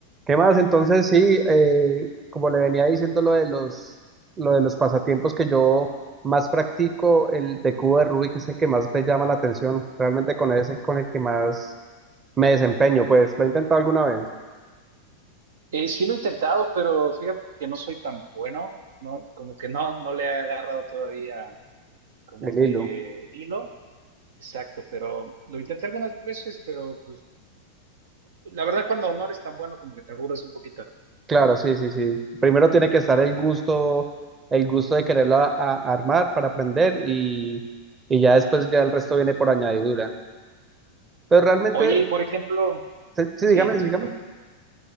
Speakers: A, on the right (about 20°); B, on the right (about 60°).
A: ¿Qué más? Entonces, sí, eh, como le venía diciendo lo de los, lo de los pasatiempos que yo más practico, el de cubo de Rubik es el que más me llama la atención. Realmente con ese es con el que más me desempeño, pues lo he intentado alguna vez,
B: Eh, sí lo he intentado, pero fíjate que no soy tan bueno, no, como que no, no le he agarrado todavía como
A: el
B: que
A: hilo.
B: el hilo, exacto, pero lo intenté algunas veces, pero pues la verdad cuando no eres tan bueno como que te aburres un poquito.
A: Claro, sí, sí, sí. Primero tiene que estar el gusto, el gusto de quererlo a- a- armar para aprender y, y ya después ya el resto viene por añadidura. Pero realmente,
B: Oye, y por ejemplo,
A: sí, sí,
B: sí,
A: dígame, sí,
B: sí,
A: dígame.
B: perdón.